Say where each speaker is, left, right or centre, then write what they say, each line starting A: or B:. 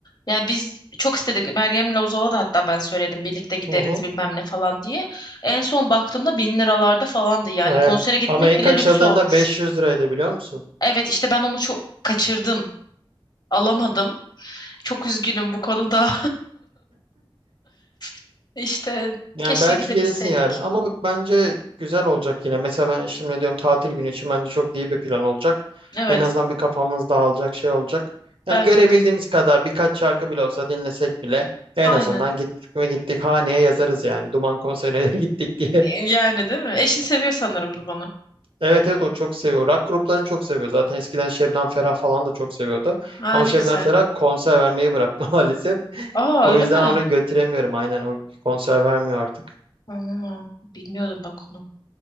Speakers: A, on the left; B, on the right.
A: Yani biz çok istedik. Meryem'le Uzal'a da hatta ben söyledim birlikte gideriz
B: hı.
A: bilmem ne falan diye. En son baktığımda bin liralarda falandı yani.
B: Evet.
A: Konsere gitmek
B: Ama ilk
A: bile
B: açıldığında
A: lüks olmuş.
B: 500 liraydı biliyor musun?
A: Evet işte ben onu çok kaçırdım. Alamadım. Çok üzgünüm bu konuda. <laughs> İşte
B: Yani
A: keşke
B: belki
A: gidebilseydik.
B: gelirsin yarın ama bak bence güzel olacak yine. Mesela ben şimdi diyorum tatil günü için bence çok iyi bir plan olacak.
A: Evet
B: En azından bir kafamız dağılacak şey olacak. Yani
A: bence
B: görebildiğimiz
A: de.
B: kadar birkaç şarkı bile olsa dinlesek bile en
A: Aynen.
B: azından gittik mi gittik haneye yazarız yani. Duman konserine de <laughs> gittik diye.
A: E, Yani değil mi? Eşin seviyor sanırım dumanı.
B: Evet evet o çok seviyor. Rock gruplarını çok seviyor. Zaten eskiden Şebnem Ferah falan da çok seviyordu.
A: Aa
B: Ama
A: ne
B: Şebnem
A: güzel.
B: Ferah konser vermeyi bıraktı <laughs> maalesef.
A: Aa
B: O
A: öyle
B: yüzden
A: mi?
B: onu götüremiyorum aynen. O konser vermiyor artık.
A: Aa, bilmiyordum bak onu.